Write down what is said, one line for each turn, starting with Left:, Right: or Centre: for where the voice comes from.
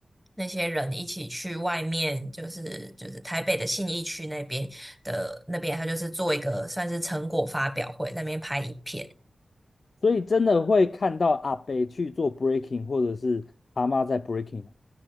Centre: 那些人一起去外面，就是就是台北的信义区那边的那边，他就是做一个算是成果发表会，在那边拍影片。
Left: 所以真的会看到阿伯去做 breaking，或者是阿妈在 breaking。